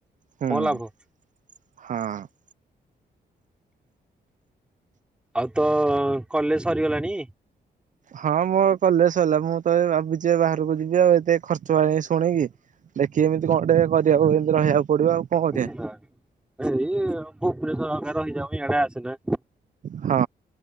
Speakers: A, on the right (about 50°); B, in the centre.
A: ହୁଁ।
B: କଣ ଲାଭ।
A: ହଁ।
B: ଆଉ ତୋ କଲେଜ ସରିଗଲାଣି?
A: ହଁ ମୋ କଲେଜ ସରିଲା ମୁଁ ତ ଭାବିଛିି ବାହାରକୁ ଯିବି ଆଉ ଏତେ ଖର୍ଚ୍ଚ ବାଣି ଶୁଣିକି। ଦେଖି ଏମିତି କଣ ଟେ କରିବାକୁ ଏମିତି ରହିବାକୁ ପଡିବ ଆଉ କଣ କରିବା
B: ନା ଏଇ ଭୁବନେଶ୍ଵର ହାଡ଼େ ରହିଯାଉନୁ ଇଆଡେ ଆସେନା।
A: ହଁ